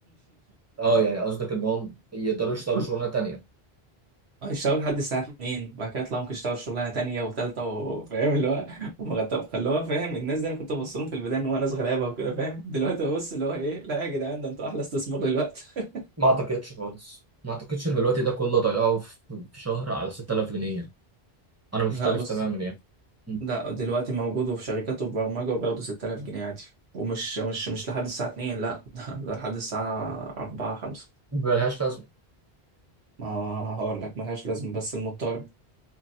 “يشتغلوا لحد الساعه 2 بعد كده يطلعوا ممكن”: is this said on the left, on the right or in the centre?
Right